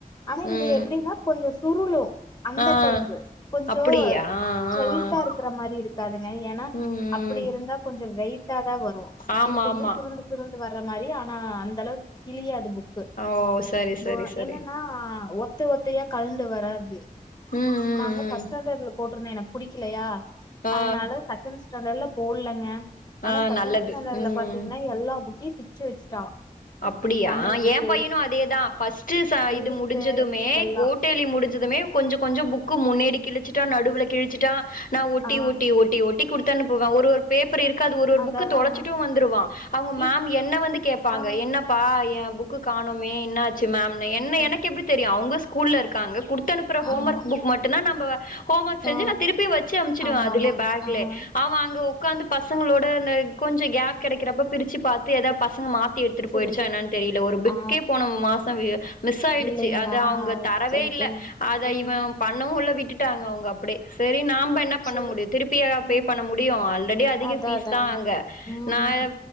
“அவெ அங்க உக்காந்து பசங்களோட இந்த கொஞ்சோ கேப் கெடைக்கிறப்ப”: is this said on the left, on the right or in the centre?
Left